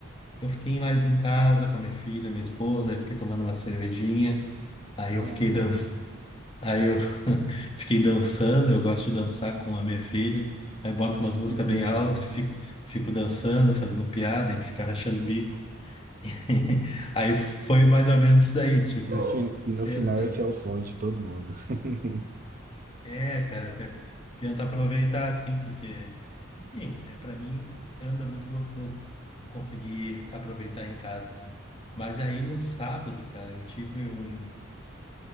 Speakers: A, on the left; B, on the right.
A: eu fiquei mais em casa com a minha filha, minha esposa, aí fiquei tomando uma cervejinha, aí
B: Não,
A: eu fiquei
B: uma coisa
A: dançando.
B: boa.
A: Aí eu <laughs> fiquei dançando, eu gosto de dançar com a minha filha. Aí boto umas músicas
B: Que bonitinho.
A: bem altas, fico, fico dançando, fazendo piada, a gente fica rachando o bico. <laughs> Aí foi mais ou menos isso aí, tipo,
B: No fi- E
A: sexta.
B: no final, esse é o sonho de todo mundo. <laughs>
A: É, cara, te- tenta aproveitar assim, porque, enfim, é para mim anda muito gostoso conseguir aproveitar em casa assim. Mas aí no sábado, cara, eu tive um,